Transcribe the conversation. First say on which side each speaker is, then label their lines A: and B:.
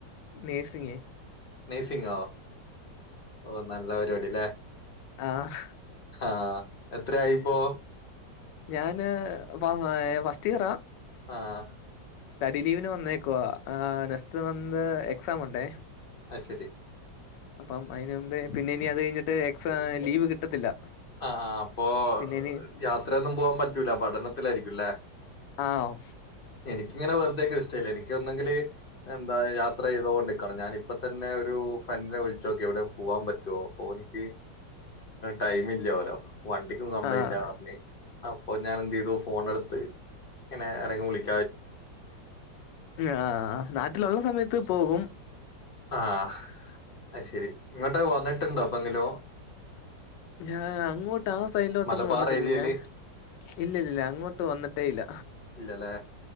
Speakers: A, on the left; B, on the left.
A: നേഴ്സിങ്
B: നെഴ്സിങ്ങോ ഓ നല്ല പരിപാടി ല്ലേ
A: ആഹ
B: ആഹ എത്രയായിപ്പോ
A: ഞാന് വ ഫസ്റ്റ്ഇയറാ
B: ആഹ
A: സ്റ്റഡി ലീവിന് വന്നേക്കുവാ നെസ്റ്റ് വന്ന് എക്സാം ഉണ്ടേ
B: അ ശരി
A: അപ്പം അതിനന് മുമ്പേ പിന്നെ ഇനി അത് കഴിഞ്ഞിട്ട് എക്സ ലീവ് കിട്ടത്തില്ല
B: ആ അപ്പൊ
A: പിന്നെ ഇനി
B: യാത്രയൊന്നും പോവാൻ പറ്റൂല പഠനത്തിലായിരിക്കുംല്ലെ
A: ആഹ
B: എനിക്കിങ്ങനെ വെറുതെ നിക്കാൻ ഇഷ്ടല്ല എനക്ക് ഒന്നെങ്കില് എന്താ യാത്ര ചെയ്തോണ്ട് ക്കണം ഞാനിപ്പം തന്നെ ഒരു ഫ്രണ്ടിനെ വിളിച്ച ച്ചോക്കി എവിടെ പോവാൻ പറ്റുവോ ഓനിക്ക് ടൈം ഇല്ലോലൊ വണ്ടിക്കും കംപ്ലൈന്റാ
A: ആഹ്
B: പറഞ് അപ്പോ ഞാൻ എന്തെയ്തു ഫോൺ എടുത്ത് ഇങ്ങനെ ആർരെങ്കി വിളിക്ക
A: ആഹ നാട്ടില് ഉള്ള സമയത്ത് പോകും
B: ആഹ് അത് ശെരി ഇങ്ങോട്ട് വന്നിട്ടുണ്ടോ എപ്പോ എങ്കിലോ
A: ഞാൻ അങ്ങോട്ട് ആ സൈഡിലോട്ടൊന്നും
B: മലബാർ
A: വന്നിട്ടില്ല
B: ഏരിയയില്
A: ഞാൻ ഇല്ലില്ല അങ്ങോട്ട് വന്നിട്ടേ ഇല്ല
B: ഇല്ലലെ